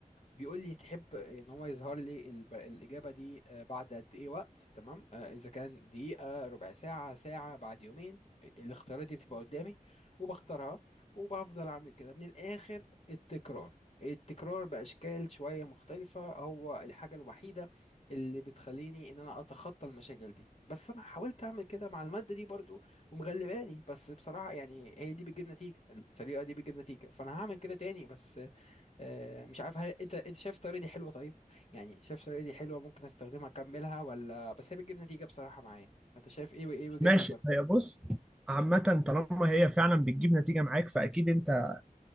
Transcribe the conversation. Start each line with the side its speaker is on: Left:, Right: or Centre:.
Left: بيقول لي تحب ان هو يظهر لي الب- الاجابه دي آه، بعد قد ايه وقت تمام آه، اذا كان دقيقه ربع ساعه ساعه بعد يومين الاختيارات دي بتبقى قدامي وبختارها وبفضل اعمل كده من الاخر التكرار التكرار باشكال شويه مختلفه هو الحاجه الوحيده اللي بتخليني ان انا اتخطى المشاكل دي بس انا حاولت اعمل كده مع الماده دي برضو ومغلباني بس بصراحه يعني هي دي بتجيب نتيجه الطريقه دي بتجيب نتيجه فانا هعمل كده تاني بس آه، مش عارف هل انت انت شايف الطريقه دي حلوه طيب يعني شايف الطريقه دي حلوه ممكن استخدمها اكملها ولا بس هي بتجيب نتيجه بصراحه معايا انت شايف ايه وايه وجهه
Centre: ماشي
Left: نظرك
Centre: هي بص عامة طالما هي فعلا بتجيب نتيجة معاك فأكيد أنت آه،